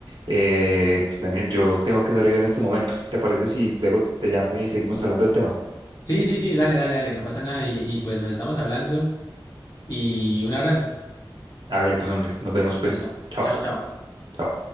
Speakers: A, on the right; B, on the left.
A: eh, Daniel, yo tengo que salir en este momento. ¿Te parece si luego te llamo y seguimos hablando del tema?
B: Sí, sí, sí, dale, dale, dale, no pasa nada y, y pues nos estamos hablando y un abrazo.
A: Hágale pues, hombre, nos vemos pues.
B: Listo.
A: Chao.
B: Chao, chao.
A: chao.